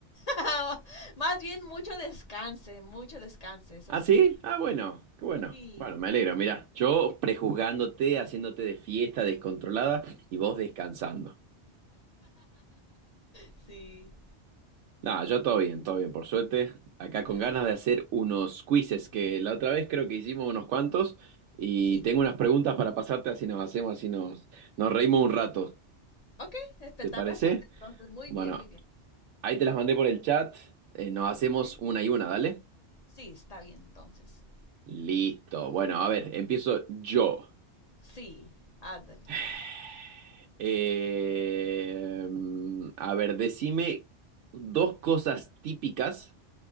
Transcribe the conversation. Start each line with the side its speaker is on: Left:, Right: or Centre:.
Left: <laughs> Más bien mucho descanse, mucho descanse, eso
Right: ¿Ah,
Left: sí.
Right: sí? Ah, bueno, qué bueno.
Left: Sí.
Right: Bueno, me alegro, mirá. Yo prejuzgándote, haciéndote de fiesta descontrolada y vos descansando.
Left: <laughs> Sí.
Right: Nah, yo todo bien, todo bien, por suerte. Acá con
Left: Ajá.
Right: ganas de hacer unos quizzes, que la otra vez creo que hicimos unos cuantos y
Left: Sí.
Right: tengo unas preguntas para pasarte así nos hacemos, así nos, nos reímos un rato.
Left: Ok, espe-
Right: ¿Te
Left: está
Right: parece?
Left: perfecto. Entonces, muy
Right: Bueno,
Left: bien, muy bien.
Right: Ahí te las mandé por el chat. Eh, nos hacemos
Left: Ok.
Right: una y una, dale.
Left: Sí, está bien entonces.
Right: Listo. Bueno, a ver, empiezo yo.
Left: Sí, ándale.
Right: <sighs> Eh, a ver, decime dos cosas típicas,